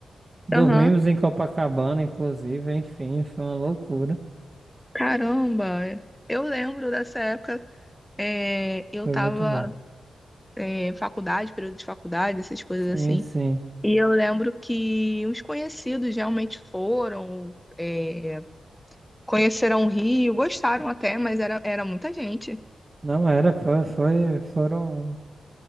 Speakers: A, on the right; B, in the centre.
A: Dormimos
B: Aham.
A: em Copacabana, inclusive, enfim, foi uma loucura.
B: Caramba. Eu lembro dessa época É, eu
A: Foi
B: tava
A: muito bom.
B: é, faculdade, período de faculdade, essas coisas
A: Sim,
B: assim.
A: sim.
B: E eu lembro que uns conhecidos realmente foram, é, conheceram o Rio, gostaram até, mas era, era muita gente.
A: Não era, foi, foi- foram